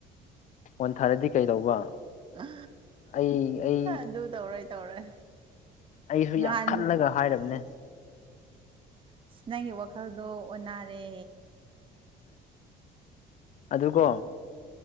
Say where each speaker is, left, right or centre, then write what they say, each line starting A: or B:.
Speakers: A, on the left; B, on the right.
A: ꯐꯣꯟ ꯊꯥꯔꯗꯤ ꯀꯩꯗꯧꯕ
B: ꯑ
A: ꯑꯩ ꯑꯩ
B: ꯑꯗꯨ ꯇꯧꯔ‌ꯣꯏ ꯇꯧꯔ‌ꯣꯏ
A: ꯑꯩꯁꯨ
B: ꯉꯍꯥꯟ
A: ꯌꯥꯝ ꯈꯜꯂꯒ ꯍꯥꯏꯔꯕꯅꯦ
B: ꯑꯁ ꯅꯪꯒꯤ ꯋꯥꯈꯜꯗꯣ ꯑꯣꯟꯅꯔꯦ
A: ꯑꯗꯨ ꯀꯣ